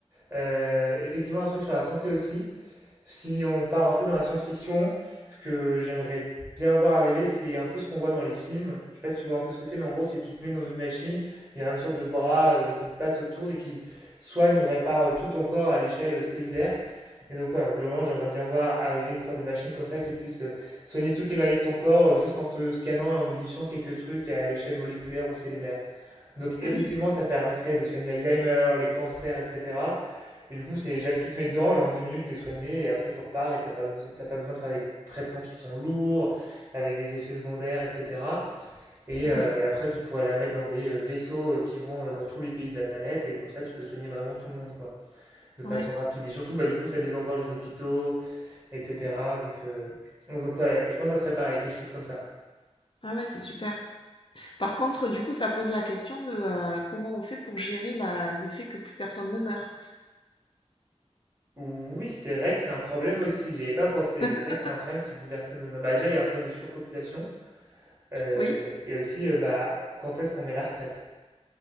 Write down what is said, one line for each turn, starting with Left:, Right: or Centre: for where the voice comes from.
Right: euh, effectivement un truc sur la santé aussi. Si on part un peu dans la science-fiction, ce que j'aimerais bien voir arriver, c'est un peu ce qu'on voit dans les films. Je sais pas si tu vois un peu ce que c'est, mais en gros, c'est tu te mets dans une machine, il y a une sorte de bras euh, qui te passe autour et qui soigne ou répare euh, tout ton corps à l'échelle euh, cellulaire. Et donc, ouais, globalement, j'aimerais bien voir arriver une sorte de machine comme ça qui puisse euh, soigner toutes les maladies de ton corps euh, juste en te scannant et en modifiant quelques trucs à l'échelle moléculaire ou cellulaire. Donc, effectivement,
Left: Ah oui,
Right: ça permettrait de soigner Alzheimer, les cancers, etc. Et du coup, c'est j'a- tu te mets dedans et en 10 minutes, t'es soigné et après, tu repars et t'as pas, beso- t'as pas besoin de faire des traitements qui sont lourds, avec des effets secondaires, etc. Et,
Left: ouais,
Right: euh, et après, tu pourrais la mettre dans des euh, vaisseaux euh, qui vont euh, dans tous les pays de la planète et comme ça, tu peux soigner vraiment tout le monde, quoi, de façon
Left: ouais.
Right: rapide. Et surtout, bah, du coup, ça désengorge les hôpitaux, etc. Donc, euh, donc ouais, je pense que ça serait pareil, quelque chose comme ça.
Left: Ah ouais, c'est super. Par contre, du coup, ça pose la question de, heu, comment on fait pour gérer la le fait que plus personne ne meurt.
Right: Oui, c'est vrai que c'est un problème aussi, j'y avais pas pensé,
Left: <laughs>
Right: mais c'est vrai que c'est un problème si plus personne ne meurt. Bah déjà, il y a un problème de surpopulation, euh,
Left: Oui,
Right: et aussi, euh, bah, quand est-ce qu'on met la retraite?